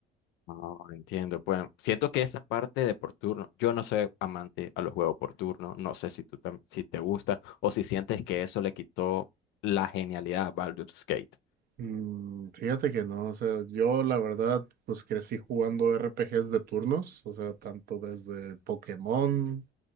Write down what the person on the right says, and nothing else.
Mm, Fíjate que no, o sea, yo la verdad, pues crecí jugando RPGs de turnos, o sea, tanto desde Pokémon